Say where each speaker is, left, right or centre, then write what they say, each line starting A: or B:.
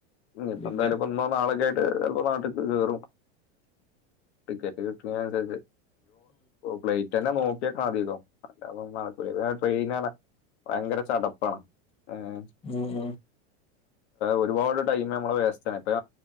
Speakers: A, on the left; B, on the left.
A: ഇപ്പ
B: പിന്നെ
A: എന്തായാലും ഇപ്പ ഇനാളൊക്കെ ആയിട്ട് ചപ്പോ നാട്ടിൽക്ക് കേറും ടിക്കറ്റ് കിട്ടനുസരിച്ച് ഫ്ലൈറ്റ് ന്നെ നോക്കിയേക്കാ മധതിതൊ അല്ലന്നും നടക്ക ട്രെയിന ഭയങ്കര ചടപ്പാണ് ഏഹ്
B: ഉം ഉം
A: ഒരുപാട് ടൈം നമ്മള് വേസ്റ്റ്ണ് ഇപ്പ